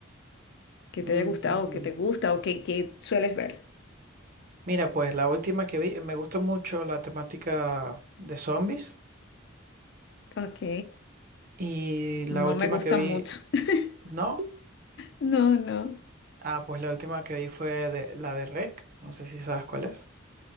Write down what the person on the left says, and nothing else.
que te
haya gustado, o que te gusta, o que, que sueles ver?
Ok.
No
me gusta
mucho. <laughs>
No, no.